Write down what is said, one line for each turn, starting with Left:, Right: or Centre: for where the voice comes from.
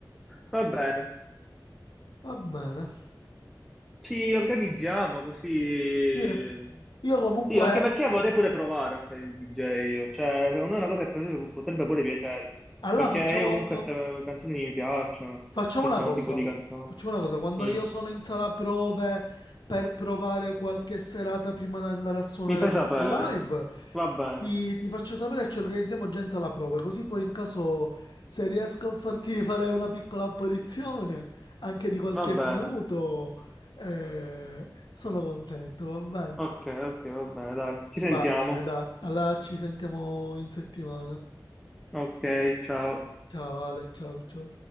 Centre: Va bene.
Left: Va bene.
Centre: Ci organizziamo così.
Left: Sì, io comunque,
Centre: Sì, anche perché vorrei pure provare a fare il DJ. io. Cioè, secondo me è una cosa che potrebbe potrebbe pure piacere.
Left: allora
Centre: Perché
Left: facciamo...
Centre: io comunque queste canzoni mi piacciono.
Left: Facciamo
Centre: Questo
Left: una cosa,
Centre: tipo di canzone.
Left: facciamo una cosa, quando
Centre: Mm.
Left: io sono in sala prove per provare qualche serata prima di andare a suonare
Centre: Mi fai
Left: qualche
Centre: sapere.
Left: live,
Centre: Va bene,
Left: ti, ti faccio sapere e ci organizziamo già in sala prove, così poi in caso se riesco a farti <laughs> fare una piccola apparizione, anche di qualche
Centre: va bene.
Left: minuto, eh, sono contento, va bene?
Centre: Ok, ok, va bene, dai. Ci sentiamo.
Left: Va bene, dai, allora ci sentiamo in settimana.
Centre: Ok, ciao.
Left: Ciao Ale, ciao ciao.